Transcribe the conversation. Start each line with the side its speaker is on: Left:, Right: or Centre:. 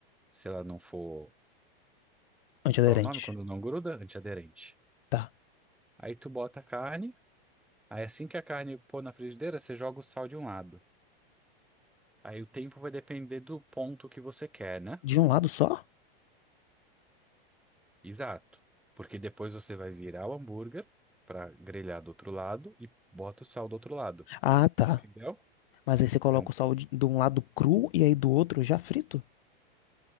Centre: se ela não for.
Left: Antiaderente.
Centre: Qual é o nome? Quando não gruda? Antiaderente.
Left: Tá.
Centre: Aí tu bota a carne. Aí assim que a carne pôr na frigideira, você joga o sal de um lado. Aí o tempo vai depender do ponto que você quer, né?
Left: De um lado só?
Centre: Exato. Porque depois você vai virar o hambúrguer pra grelhar do outro lado e bota o sal do outro lado.
Left: Ah, tá.
Centre: Entendeu?
Left: Mas aí você coloca
Centre: Então,
Left: o sal de, de um lado cru e aí do outro já frito.